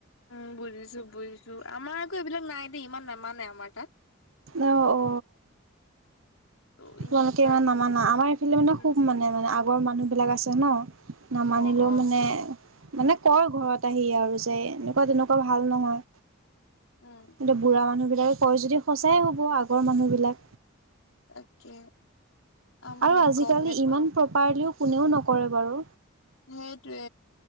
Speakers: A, on the left (about 80°); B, on the right (about 75°).
A: উম বুজিছো বুজিছো আমাৰ আকৌ এইবিলাক নাই দেই ইমান নামানে আমাৰ তাত
B: অ অ
A: ত
B: তোমালোকে
A: তাৰ
B: ইমান নামাা আমাৰ এইফালে
A: উম
B: মানে খুব মানে মানে লগগৰ মানুহবিলাক আছে ন নামানিলেও
A: অ অ
B: মানে মানে কয় ঘৰত আহি আৰু যে এনেকুৱা তেনেকুৱা ভাল নহয়
A: উম
B: এন্তয়া বুঢ়া মানুহ বিলাকে কয় যদি সঁচাই হ'ব আগৰ মানুহ বিলাক
A: তাকে আমি
B: আৰু আজিকালি
A: গম নেপাও
B: ইমান প্ৰপাৰলিও কোনেও নকৰে বাৰু।
A: সেইটোৱে